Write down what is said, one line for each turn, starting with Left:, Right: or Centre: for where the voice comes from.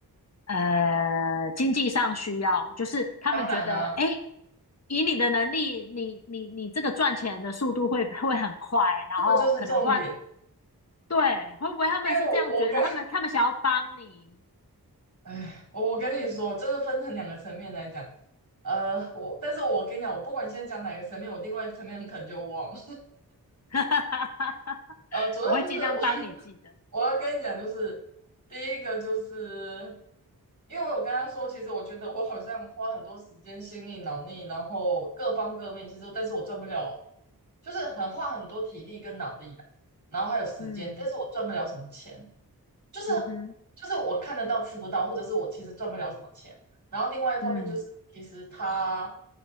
Left: 呃经济上需要，就是他们觉得诶，
Right: 当然啦、
Left: 以你的能力，你你你这个赚钱的速度会会很快，然后可能花
Right: 这个就是重点，
Left: 对，会不会他们是这样觉得？
Right: 因为我我跟
Left: 他们他们想要帮你，
Right: 哎，我跟你说，就是分成两个层面来讲。呃，我但是我跟你讲，我不管先讲哪个层面，我另外一个层面很可能就忘了。
Left: <laughs>
Right: <laughs> 呃，主要就是我
Left: 我会尽量帮你记得。
Right: 我要跟你讲，就是第一个就是，因为我有跟他说，其实我觉得我好像花很多时间、心力、脑力，然后各方各面，其实但是我赚不了，就是很花很多体力跟脑力啊，然后还有时间，
Left: 嗯
Right: 但是我赚不了什么钱，就是
Left: 嗯哼，
Right: 就是我看得到吃不到，或者是我其实赚不了什么钱。然后另外一方面就是，
Left: 嗯
Right: 其实他